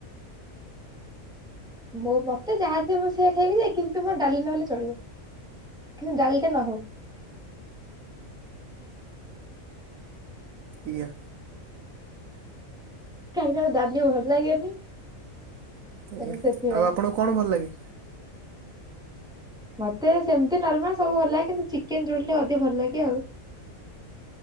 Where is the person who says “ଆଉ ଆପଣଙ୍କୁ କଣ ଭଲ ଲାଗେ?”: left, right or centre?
Right